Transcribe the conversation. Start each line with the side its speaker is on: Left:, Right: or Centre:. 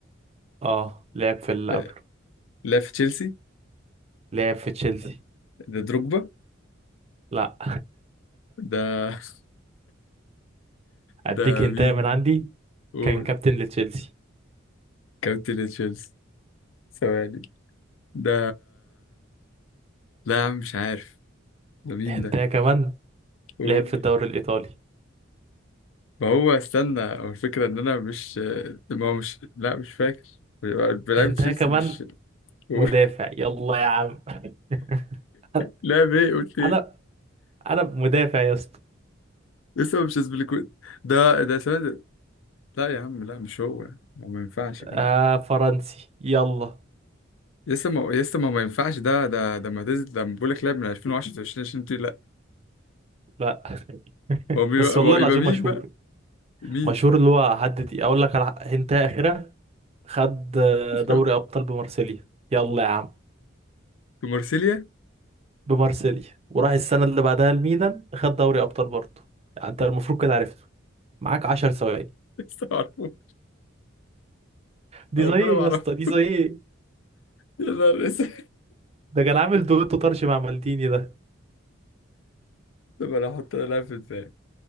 Right: اه لعب في اللي
Left: آه،
Right: قبله
Left: لعب في تشيلسي
Right: لعب في تشيلسي
Left: ده دروجبا
Right: لا
Left: ده <laughs>
Right: <laughs> اديك
Left: ده
Right: هنتايه
Left: مين
Right: من عندي
Left: قول
Right: كان كابتن لتشيلسي
Left: كابتن تشيلسي ثواني ده لا يا عم مش عارف ده مين
Right: هنتايه
Left: ده
Right: كمان
Left: قول.
Right: لعب في الدوري الايطالي
Left: ما هو استنى هو الفكرة إن أنا مش ما هو مش لا مش فاكر بلعب
Right: هنتايه
Left: تشيلسي
Right: كمان
Left: مش قول.
Right: مدافع يلا يا عم <laughs> انا
Left: لا <laughs> إيه قلت إيه
Right: انا أنا مدافع يا اسطى
Left: لسه مش اسبليكويت ده ده ثواني ده. لا يا عم لا مش هو ما ما ينفعش
Right: آه
Left: يكون هو.
Right: فرنسي يلا
Left: لسه ما لسه ما ما ينفعش ده ده ده ما تز... ده بقول لك لعب من 2010 ل 2020 دي، لا
Right: لا <laughs>
Left: هو بيبقى
Right: بس
Left: هو
Right: والله
Left: يبقى
Right: العظيم
Left: مين
Right: مشهور
Left: بقى مين
Right: مشهور اللي هو حد تقيل. اقول لك على هنتايه اخيره خد آه،
Left: <laughs>
Right: دوري ابطال بمارسيليا يلا يا عم
Left: في مارسيليا
Right: بمارسيليا وراح السنة اللي بعدها الميلان خد دوري أبطال برضه يعني أنت المفروض كده عرفته معاك 10 ثواني
Left: لسه ما اعرفوش
Right: دي
Left: ربنا
Right: زي إيه
Left: ما
Right: يا
Left: اعرفه
Right: اسطى دي زي إيه
Left: يا نهار اسود
Right: ده كان عامل دويتو طرش مع مالديني ده
Left: طب انا احط انا لاعب في دماغي